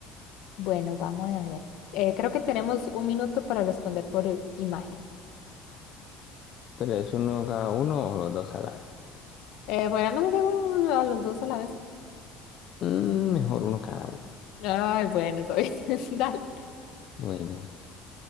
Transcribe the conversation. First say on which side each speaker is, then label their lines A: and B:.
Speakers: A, on the left (about 70°); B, on the left (about 55°).
A: Bueno, vamos a ver. Eh, creo que tenemos un minuto para responder por imagen.
B: Pero es uno cada uno o los dos a la vez.
A: Eh, bueno, vamos a hacer a los dos a la vez.
B: Mm, mejor uno cada uno.
A: Ay, bueno, está bien. <laughs> Dale.
B: Bueno,